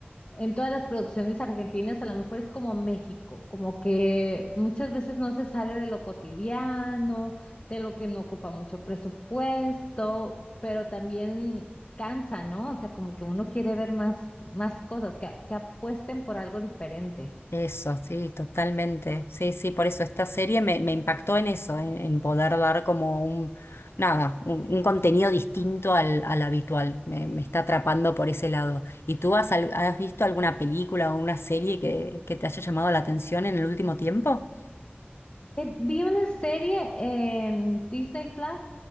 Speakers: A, on the left (about 35°); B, on the left (about 85°).
A: en todas las producciones argentinas, a lo mejor es como México, como que muchas veces no se sale de lo cotidiano, de lo que no ocupa mucho presupuesto, pero también cansa, ¿no? O sea, como que uno quiere ver más, más cosas, que, que apuesten por algo diferente.
B: Eso, sí, totalmente. Sí, sí, por eso esta serie me, me impactó en eso, en, en poder dar como un, nada, un, un contenido distinto al, al habitual. Me, me está atrapando por ese lado. ¿Y tú has, al- has visto alguna película o una serie que, que te haya llamado la atención en el último tiempo?
A: Eh, vi una serie en Disney Plus